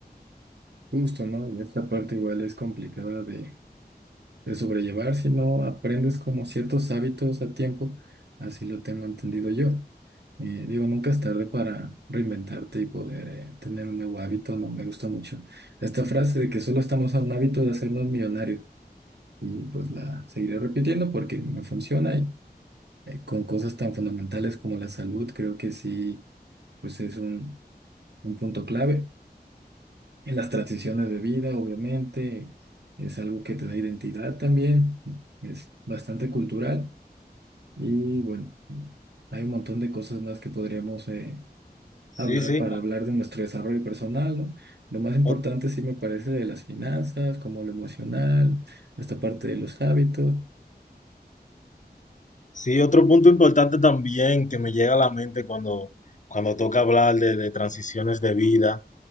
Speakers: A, on the right; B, on the left.
A: Justo, ¿no? Y esta parte igual es complicada de de sobrellevar, sino aprendes como ciertos hábitos a tiempo, así lo tengo entendido yo. Eh, digo, nunca es tarde para reinventarte y poder eh, tener un nuevo hábito, no me gusta mucho. Esta frase de que solo estamos a un hábito de hacernos millonarios y pues la seguiré repitiendo porque me funciona y eh, con cosas tan fundamentales como la salud, creo que sí, pues es un, un punto clave. En las transiciones de vida, obviamente, es algo que te da identidad también, es bastante cultural. Y bueno, hay un montón de cosas más que podríamos eh,
B: Sí,
A: hablar
B: sí.
A: para hablar de nuestro desarrollo personal, ¿no? Lo más importante
B: Ot-
A: sí me parece de las finanzas, como lo emocional, esta parte de los hábitos.
B: Sí, otro punto importante también que me llega a la mente cuando, cuando toca hablar de, de transiciones de vida